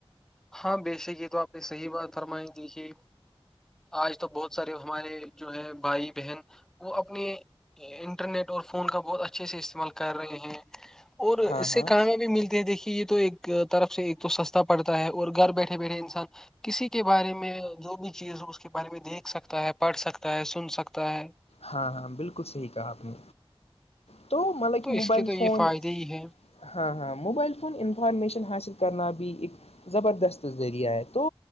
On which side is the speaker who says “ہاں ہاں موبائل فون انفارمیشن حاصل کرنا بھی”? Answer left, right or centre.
Left